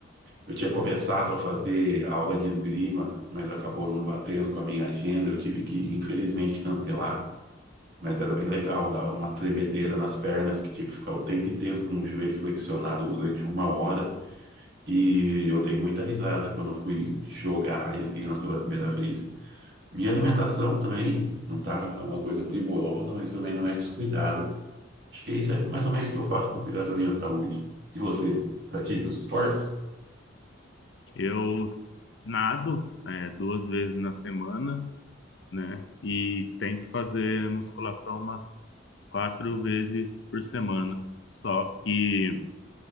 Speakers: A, on the right; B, on the left.
A: Eu tinha começado a fazer aula de esgrima, mas acabou não batendo com a minha agenda. Eu tive que, infelizmente, cancelar. Mas era bem legal, dava uma tremedeira nas pernas, que tinha que ficar o tempo inteiro com o joelho flexionado durante uma hora. E eu dei muita risada quando eu fui jogar esgrima pela primeira vez. Minha alimentação também não tá uma coisa primorosa, mas também não é descuidada. Acho que isso é mais ou menos o que eu faço para cuidar da minha saúde. E você, pratica os esportes?
B: Eu nado é, duas vezes na semana, né? E tento fazer musculação umas quatro vezes por semana. Só que